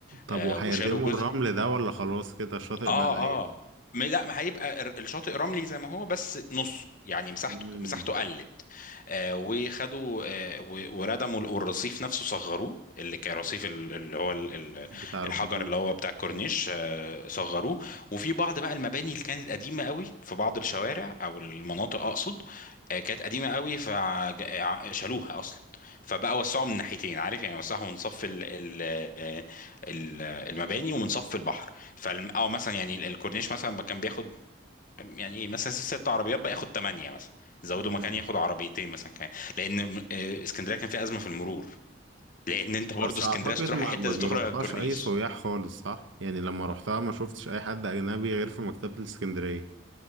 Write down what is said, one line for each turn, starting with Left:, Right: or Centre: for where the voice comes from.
Right: طب
Left: آه،
Right: وهيردموا
Left: وشالوا جزء
Right: الرمل ده ولا خلاص كده الشاطئ
Left: اه
Right: بقى ضيق
Left: اه م- لا ما هيبقى الر- الشاطئ رملي زي ما هو بس نصه يعني مساحته
Right: مم.
Left: مساحته قلت آه وخدوا آه و- وردموا ال- والرصيف نفسه صغروه اللي كان رصيف ال- اللي هو ال- ال-
Right: بتاع الكورنيش
Left: الحجر اللي هو بتاع الكورنيش
Right: مم.
Left: آه صغروه وفي بعض بقى المباني اللي كانت قديمة قوي في بعض الشوارع او المناطق اقصد آه كانت قديمة قوي فشالوها اصلا فبقى وسعوا من ناحيتين عارف يعني وسعوا من صف ال ال آه، ال- المباني ومن صف البحر فالم... او مثلا يعني ال- الكورنيش مثلا كان بياخد يعني ايه مثلا ست عربيات بقى ياخد ثمانيه مثلا زودوا
Right: مم.
Left: مكان ياخد عربيتين مثلا كمان لان م- آه، اسكندريه كان فيها ازمه في المرور لان انت برضه
Right: بس
Left: اسكندريه
Right: اعتقد
Left: عشان تروح
Right: ما
Left: اي حته
Right: ما
Left: لازم
Right: بيروحهاش
Left: تخرج على الكورنيش
Right: اي سياح خالص صح يعني لما روحتها ما شفتش اي حد اجنبي غير في مكتبة الاسكندرية